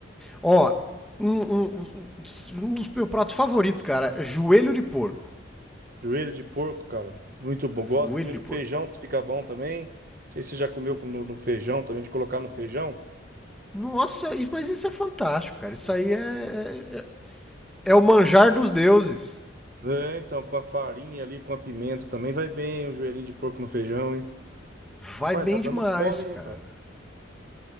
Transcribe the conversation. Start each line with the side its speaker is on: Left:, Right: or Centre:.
Centre: Ó, um, um- um- um dos meus pratos favoritos, cara, é joelho de porco.
Right: Joelho de porco, cara, muito bom. Gosto
Centre: Joelho
Right: também
Centre: de
Right: do feijão,
Centre: porco.
Right: fica bom também. Não sei se você já comeu com- no no feijão também, de colocar no feijão.
Centre: Nossa, mas isso é fantástico, cara. Isso aí é, é, é- é o manjar dos deuses.
Right: É, então, com a farinha ali, com a pimenta também vai bem, um joelhinho de porco no feijão, hein?
Centre: Vai
Right: Rapaz,
Centre: bem
Right: tá dando
Centre: demais,
Right: fome, hein,
Centre: cara.
Right: rapaz?